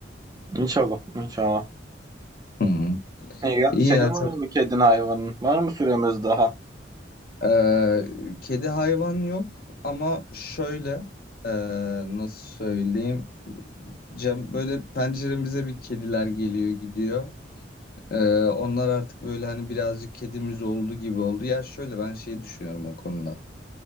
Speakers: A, on the right; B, on the left.
A: İnşallah, inşallah.
B: Hı hı.
A: Eee,
B: İyi
A: senin
B: ya
A: var
B: çok.
A: mı kedin hayvanın? Var mı süremiz daha?
B: Ee, kedi hayvan yok ama şöyle ee, nasıl söyleyeyim? Cam böyle penceremize bir kediler geliyor gidiyor. Ee, onlar artık böyle hani birazcık kedimiz oldu gibi oldu. Ya şöyle ben şey düşünüyorum o konuda.